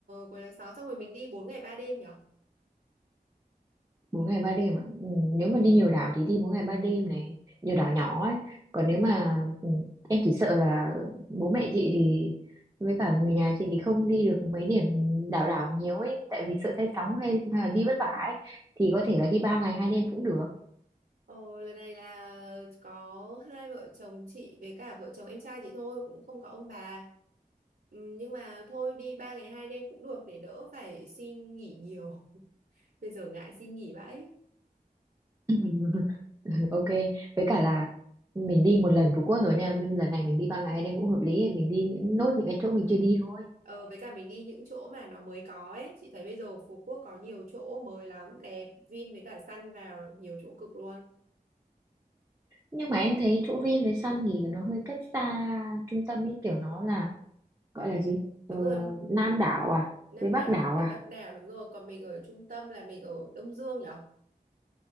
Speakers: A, on the right; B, on the right.
A: cuối tháng 6 xong rồi mình đi 4 ngày 3 đêm nhở
B: bốn ngày ba đêm ạ ừ, nếu mà đi nhiều đảo thì đi bốn ngày ba đêm này nhiều đảo nhỏ ấy còn
A: ừ.
B: nếu mà ừ, em chỉ sợ là bố mẹ chị thì với cả người nhà chị thì không đi được mấy điểm đảo đảo nhiều ấy tại vì sợ say sóng hay, hay là đi vất vả ấy thì có thể là đi ba ngày hai đêm cũng được
A: ờ, lần này là có hai vợ chồng chị với cả vợ chồng em trai chị thôi cũng không có ông bà Ừ, nhưng mà thôi đi ba ngày hai đêm cũng được để đỡ phải xin nghỉ nhiều <laughs> bây giờ ngại xin nghỉ vãi
B: <laughs> ok với cả là mình đi một lần Phú Quốc rồi nên là bên- lần này mình đi ba ngày hai đêm cũng hợp lý mình đi những nốt những cái chỗ mình chưa đi thôi
A: ờ với cả mình đi những chỗ mà nó mới có ấy chị thấy bây giờ Phú Quốc có nhiều chỗ mới lắm đẹp Vin với cả Sun vào nhiều chỗ cực luôn
B: nhưng mà em thấy chỗ Vin với Sun thì nó hơi cách xa trung tâm ấy kiểu nó là gọi là gì ờ,
A: đúng rồi
B: Nam đảo à
A: Nam
B: với Bắc
A: đảo
B: đảo
A: với
B: à
A: Bắc đảo đúng rồi còn mình ở trung tâm là mình ở Đông Dương nhỉ